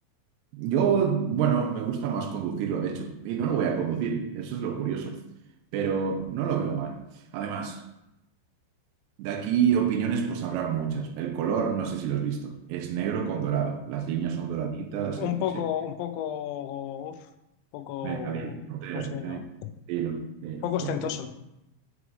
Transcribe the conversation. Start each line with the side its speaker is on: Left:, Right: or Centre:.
Right: Yo, bueno, me gusta más conducirlo, de hecho, y no lo voy a conducir, eso es lo curioso, pero no lo veo mal. Además, de aquí opiniones pues habrá muchas. El color, no sé si lo has visto, es negro con dorado, las líneas son doraditas,
Left: Un
Right: el coche.
Left: poco, un poco, uf, un poco,
Right: Venga, dilo, portero,
Left: no sé,
Right: venga,
Left: ¿no? Un
Right: dilo, dilo,
Left: poco
Right: portero.
Left: ostentoso.